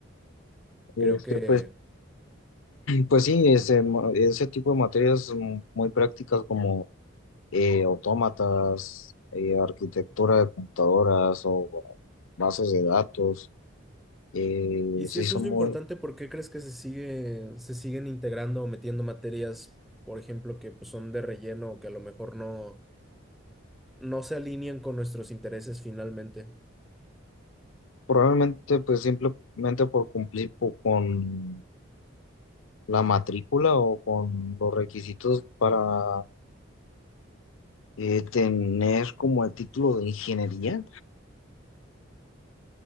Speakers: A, on the left (about 75°); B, in the centre.
A: Este,
B: creo que...
A: pues, pues sí, ese, ma- ese tipo de materias mm, muy prácticas como eh, autómatas, eh, arquitectura de computadoras o bases de datos, eh,
B: Y si
A: sí
B: eso
A: son
B: es lo
A: muy,
B: importante, ¿por qué crees que se sigue, se siguen integrando o metiendo materias, por ejemplo, que pues, son de relleno o que a lo mejor no, no se alinean con nuestros intereses finalmente?
A: probablemente pues simplemente por cumplir po- con la matrícula o con los requisitos para eh, tener como el título de ingeniería.